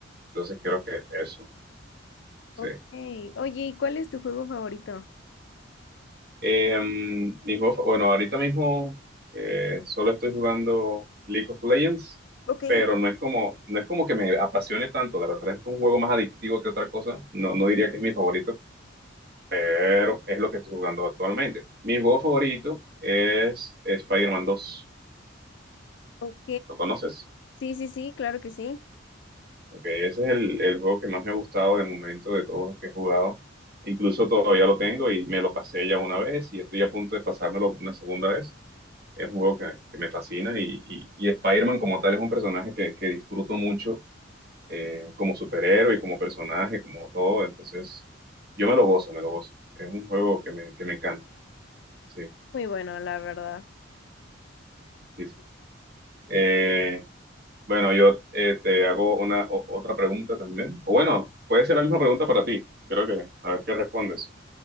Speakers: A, on the right; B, on the left.
A: Entonces creo que eso, sí.
B: ok. Oye, ¿y cuál es tu juego favorito?
A: Eh, mi juego fa- bueno, ahorita mismo eh, solo estoy jugando League of Legends,
B: ok.
A: pero no es como, no es como que me apasione tanto, la verdad es que es un juego más adictivo que otra cosa, no, no diría que es mi favorito pero es lo que estoy jugando actualmente. Mi juego favorito es Spider-Man 2.
B: Ok,
A: ¿Lo conoces?
B: Sí, sí, sí, claro que sí.
A: Porque ese es el, el juego que más me ha gustado de momento de todos los que he jugado. Incluso todavía lo tengo y me lo pasé ya una vez y estoy a punto de pasármelo una segunda vez. Es un juego que, que me fascina y, y, y Spider-Man como tal es un personaje que, que disfruto mucho eh, como superhéroe y como personaje, como todo. Entonces, yo me lo gozo, me lo gozo. Es un juego que me, que me encanta. Sí,
B: Muy bueno, la verdad.
A: sí, sí. Eh, bueno, yo eh, te hago una o- otra pregunta también. O bueno, puede ser la misma pregunta para ti. Creo que, a ver qué respondes.